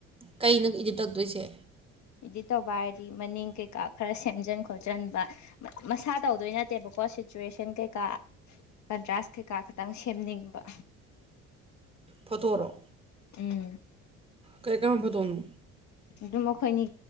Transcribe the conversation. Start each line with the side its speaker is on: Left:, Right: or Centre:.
Right: ꯀꯩꯅꯣ ꯏꯗꯤꯠ ꯇꯧꯗꯣꯏꯁꯦ
Left: ꯏꯗꯤꯠ ꯇꯧꯕ ꯍꯥꯏꯔꯗꯤ ꯃꯅꯤꯡ ꯀꯩꯀꯥ ꯈꯔ ꯁꯦꯝꯖꯤꯟ ꯈꯣꯠꯆꯟꯕ ꯃꯁꯥ ꯇꯧꯗꯣꯏ ꯅꯠꯇꯦꯕꯀꯣ ꯁꯤꯆꯨꯋꯦꯁꯟ ꯀꯩꯀꯥ ꯀꯟꯇ꯭ꯔꯥꯁ ꯀꯩꯀꯥ ꯈꯇꯪ ꯁꯦꯝꯅꯤꯡꯕ
Right: ꯐꯣꯠꯇꯣꯔꯣ
Left: ꯎꯝ
Right: ꯀꯥꯏ ꯀꯥꯝꯕꯗꯣꯅꯨ
Left: ꯑꯗꯨꯝ ꯑꯩꯈꯣꯏꯅꯤ